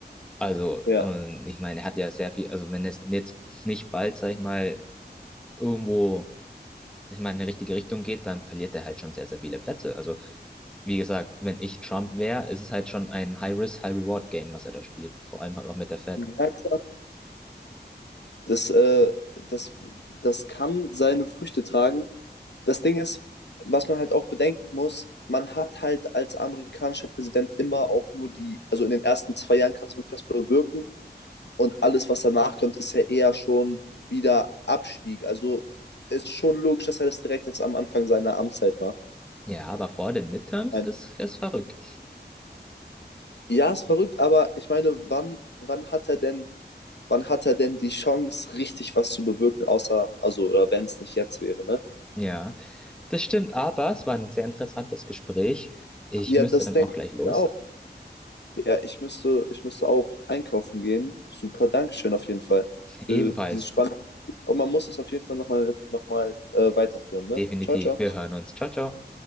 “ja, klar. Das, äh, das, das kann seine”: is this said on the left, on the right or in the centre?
Left